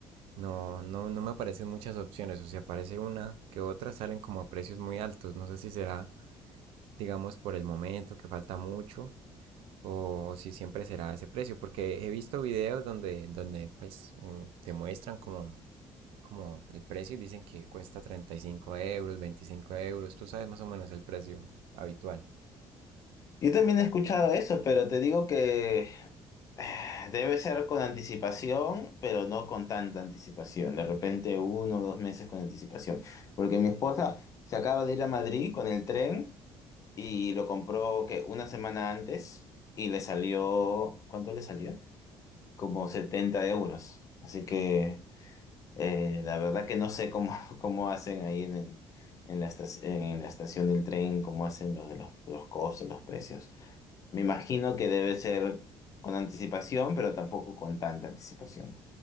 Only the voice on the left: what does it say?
Yo también he escuchado eso, pero te digo que <sighs> Debe ser con anticipación, pero no con tanta anticipación. De repente uno o dos meses con anticipación. Porque mi esposa se acaba de ir a Madrid con el tren y lo compró que una semana antes y le salió, ¿cuánto le salió? Como 70 euros. Así que eh, la verdad que no sé cómo, <laughs> cómo hacen ahí en, el- en la estación, en la estación del tren, cómo hacen los de los, los costos, los precios. Me imagino que debe ser con anticipación, pero tampoco con tanta anticipación.